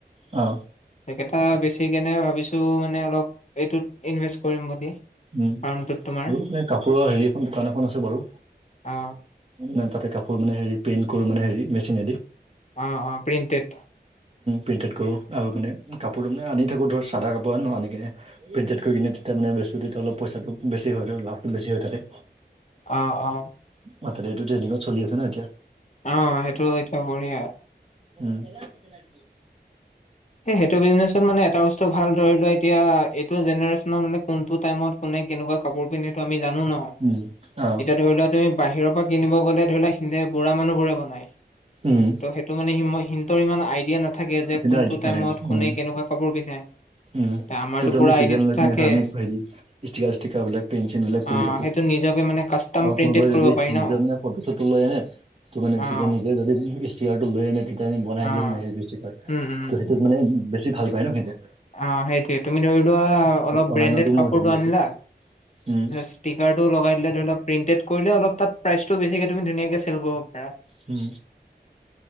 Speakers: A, on the right; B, on the left.
A: অ
B: সেইকেইটা বেছি কেনে ভাবিছোঁ মানে অলপ এইটোত ইনভেষ্ট কৰিম বুলি
A: উম
B: ফাৰ্মটোত তোমাৰ
A: মোৰো মানে কাপোৰৰ হেৰি এখন দোকান এখন আছো বাৰু
B: অ
A: মানে তাতে কাপোৰ মানে হেৰি পেইণ্ট কৰো মানে মেচিনেদি
B: অ অ প্ৰিণ্টেড
A: প্ৰিণ্টেড কৰোঁ আৰু মানে কাপোৰটো মানে আনি থাকোঁ ধৰ চাদা কাপোৰ আনো আনি কিনে প্ৰিণ্টেড কৰি কিনে তেতিয়া মানে বেচোতে তেতিয়া অলপ পইচাটো বেছি হয় লাভটো বেছি হয় তাতে
B: অ অ
A: এইটো এতিয়া ট্ৰন্দিংট চলি আছছে ন এতিয়া <inaudible>
B: অ সেইটো এতিয়া বঢ়িয়া এ সেইটো বিজনেচত মানে এটা বস্তু ভাল ধৰি লোৱা এতিয়া এইটো জেনেৰেশচনত মানে কোনটো টাইমত কোনে কেনেকুৱা কাপোৰ পিন্ধে এইটো আমি জানো ন
A: উম অ
B: এতিয়া ধৰি লোৱা তুমি বাহিৰৰ পৰা কিনিব গ'লে ধৰি লোৱা বুঢ়া মানুহ বোৰে বনায়
A: উম
B: ত সেই মানে সিহতৰ ইমান আইডিয়া নাথাকে যে
A: চিধা
B: কোনটো
A: এইটোত নাথাকে
B: টাইমত কোনে
A: উম
B: কেনেকুৱা কাপোৰ পিন্ধে
A: উম
B: তে আমাৰতো পুৰা
A: আমি চিজ
B: আইডিয়াটো
A: লৈ
B: থাকে
A: কিনে আমি হেৰি ষ্টিকা ষ্টিকা বিলাক পেঞ্চ বিলাক
B: অ'
A: কৰি থাকো
B: সেইটো নিজকে মানে কাষ্টম
A: আৰু
B: প্ৰিন্টেড
A: কোনোবাই
B: কৰিব
A: যদি
B: পাৰি
A: নিজৰ
B: ন।
A: নিজা ফটো চটো লৈ আনে ত মানে
B: অ'
A: তেতিয়া নিজে যদি ষ্টিকাৰ টো লৈ আনে তেতিয়া আমি বনাই
B: অ'
A: দিও নে হেটো ত
B: উম উম
A: সেইটোত মানে বেছি ভাল পায় ন সেইতে
B: অ সেইটোৱে তুমি ধৰি লোৱা অলপ
A: অনলাইনতো
B: ব্ৰেণ্ডেড কাপোৰটো
A: মোৰ হেৰি
B: আনিলা
A: আছে উম
B: ষ্টিকাৰ টো লগাই দিলে ধৰি লোৱা প্ৰিন্টেড কৰিলে অলপ তাত প্ৰাইচটো বেছিকে তুমি ধুনিয়াকে চেল কৰিব পাৰা।
A: উম